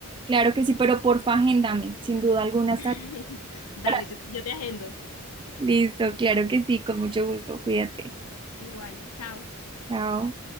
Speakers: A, on the right; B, on the left.
A: Claro que sí, pero porfa, agéndame, sin duda alguna estaré
B: <laughs> Dale,
A: para-
B: yo, yo te agendo.
A: Listo, claro que sí, con mucho gusto, cuídate.
B: Igual, chao.
A: Chao.